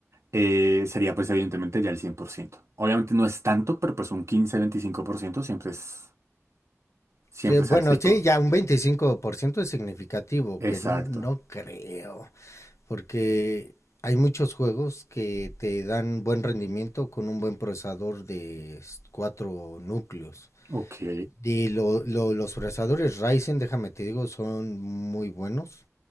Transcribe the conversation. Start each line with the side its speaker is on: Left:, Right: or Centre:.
Right: eh, sería pues evidentemente ya el cien por ciento Obviamente no es tanto, pero pues un quince veinticinco por ciento siempre es, siempre
Left: Sí, bueno,
Right: es altico.
Left: sí, ya un 25% es significativo,
Right: Exacto.
Left: que no, no creo, porque hay muchos juegos que te dan buen rendimiento con un buen procesador de s- cuatro núcleos.
Right: Ok,
Left: Y lo- lo- los procesadores Ryzen, déjame te digo, son muy buenos.